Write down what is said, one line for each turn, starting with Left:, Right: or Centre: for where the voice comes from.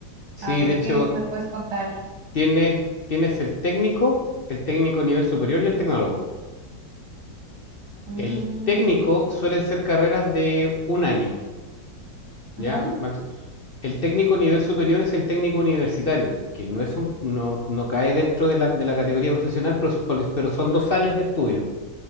Left: Sí,
Right: A ver
Left: de hecho,
Right: qué me puedes contar.
Left: Tienes, tienes el técnico, el técnico nivel superior y el tecnólogo.
Right: Mm,
Left: El técnico suelen ser carreras de un año, ¿ya?
Right: ujú.
Left: Max- El técnico nivel superior es el técnico universitario, que no es un, no, no cae dentro de la, de la categoría profesional, pero, s- porque- pero son dos años de estudio.